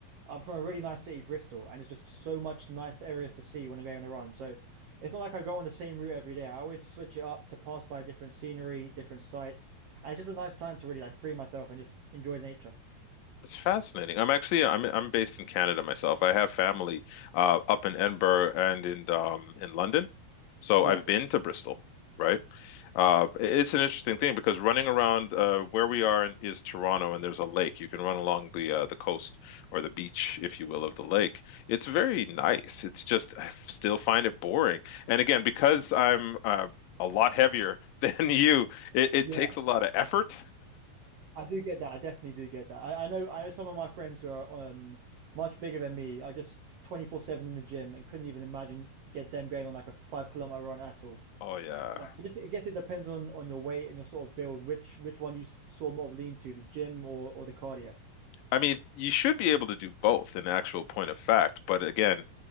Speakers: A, on the right (about 75°); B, on the left (about 80°).
A: I'm from a really nice city, Bristol, and it's just so much nice areas to see when I go on a run. So it's not like I go on the same route every day. I always switch it up to pass by different scenery, different sights. And it's just a nice time to really like free myself and just enjoy nature.
B: It's fascinating. I'm actually I'm I'm based in Canada myself. I have family uh, up in Edinburgh and in um, in London, so
A: Yeah.
B: I've been to Bristol, right? Uh, it's an interesting thing because running around uh, where we are in, is Toronto, and there's a lake. You can run along the uh, the coast or the beach, if you will, of the lake. It's very nice. It's just I still find it boring. And again, because I'm uh, a lot heavier <laughs> than you, it, it
A: Yeah.
B: takes a lot of effort.
A: I do get that. I definitely do get that. I, I know I know some of my friends who are um much bigger than me are just 24/7 in the gym and couldn't even imagine get them going on like a five kilometer run at all.
B: Oh yeah.
A: Yeah, I guess I guess it depends on on your weight and your sort of build, which which one you s- sort of lean to, the gym or or the cardio. Yeah.
B: I mean, you should be able to do both in actual point of fact, but again,